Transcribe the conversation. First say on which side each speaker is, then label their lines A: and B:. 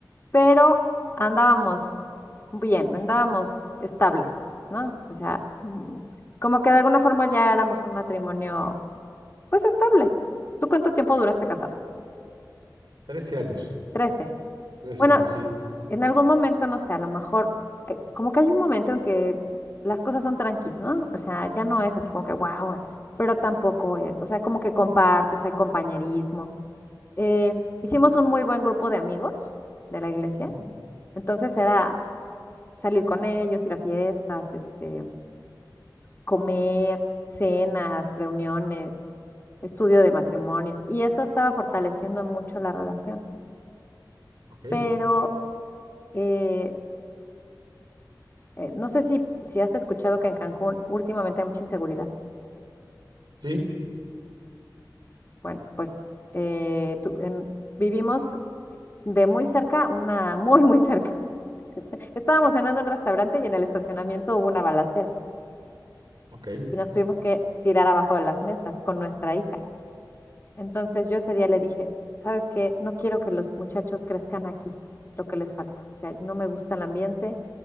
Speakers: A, on the left (about 30°); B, on the right (about 85°).
A: pero andábamos bien, andábamos estables, ¿no? O sea, mm, como que de alguna forma ya éramos un matrimonio, pues estable. ¿Tú cuánto tiempo duraste casado?
B: Trece años,
A: trece
B: trece
A: Bueno,
B: años, sí.
A: en algún momento, no sé, a lo mejor, eh, como que hay un momento en que las cosas son tranquis, ¿no? O sea, ya no es así como que, wow, pero tampoco es, o sea, como que compartes, hay compañerismo, eh, hicimos un muy buen grupo de amigos de la iglesia.
B: Ujú.
A: Entonces era salir con ellos, ir a fiestas, este, comer, cenas, reuniones, estudio de matrimonios. Y eso estaba fortaleciendo mucho la relación.
B: Ok,
A: Pero eh, eh, no sé si, si has escuchado que en Cancún últimamente hay mucha inseguridad.
B: Sí,
A: Bueno, pues eh, tú- en- vivimos de muy cerca, una <laughs> muy, muy cerca. <laughs> Estábamos cenando en un restaurante y en el estacionamiento hubo una balacera.
B: ok.
A: y nos tuvimos que tirar abajo de las mesas con nuestra hija. Entonces yo ese día le dije, ¿sabes qué? No quiero que los muchachos crezcan aquí, lo que les falta. O sea, no me gusta el ambiente